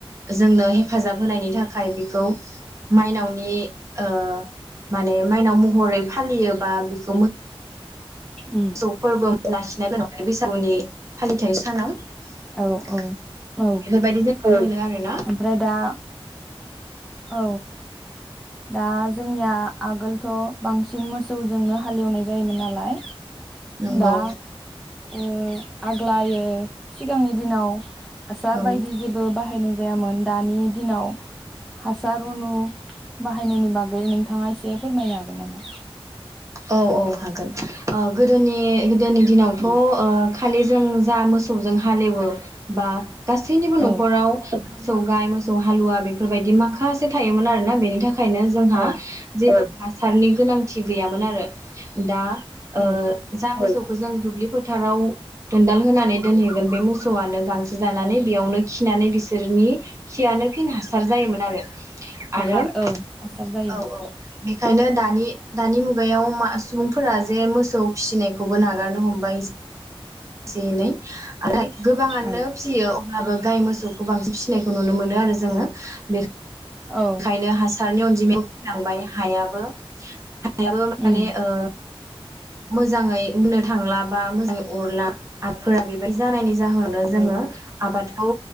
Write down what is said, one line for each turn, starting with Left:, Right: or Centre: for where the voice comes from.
Right: जोंनो हेफाजाब होनायनि थाखाय बेखौ माइनावनि ओ माने माइनाव महरै फालियोबा बिखौ
Centre: उम
Right: <unintelligible> लाखिना दोन बैसागुनि फालिथाय सानाव
Centre: औ
Right: बेफोरबायदि
Centre: औ औ
Right: जायगायाव मोनो आरो ना
Centre: ओमफ्राय दा औ दा जोंनिया आगोलथ' बांसिन मोसौजोंनो हालेवनाय जायोमोन नालाय
Right: नंगौ
Centre: दा ओ आग्लायो सिगांनि दिनाव हासार
Right: औ
Centre: बायदि जेबो बाहायनाय जायामोन दानि दिनाव हसार <unintelligible> बाहायनायनि बागै नोंथाङा एसे फोरमायनो हागोन नामा
Right: औ औ हागोन गोदोनि गोदोनि दिनाव थ' ओ खालि जों जा मोसौजों हालेवो बा गासैनिबो न'खराव
Centre: औ
Right: मोसौ गाइ मोसौ हालुवा बेफोरबायदि माखासे थायोमोन आरोना बेनि थाखाय नो जोंहा
Centre: औ
Right: जि हासारनि गोनांथि गैयामोन आरो आरो दा ओ
Centre: औ
Right: जा गोजां दुब्लि फोथाराव दोनदाल होनानै दोनहैगोन बे मसौ सौआनो गांसो जानानै बेयावनो खिनानै बिसोरनि खियानो फिन हासार जायोमोन आरो
Centre: हाखार
Right: आरो औ
Centre: हासार जायोमोन
Right: औ ओंखायनो दानि दानि मु गायाव मा सुबुंफोरा जे मोसौ फिसिनायखौबो नागारनो हमबाय एसे एनै गोबाङानो
Centre: औ
Right: फिसियो अब्लाबो गाय मोसौखौ बांसिन फिसिनायखौ नुनो मोनो आरो जोङो बे
Centre: औ
Right: बखायनो हासारनि अनजिमाया <unintelligible> हायाबो हायाबो माने
Centre: उम
Right: ओ मोजाङै बुंनो थांला बा मोजाङै अरला आबादफोरा बेबायदि जानाय नि जाहोनावनो
Centre: औ
Right: जोङो आबाद खौ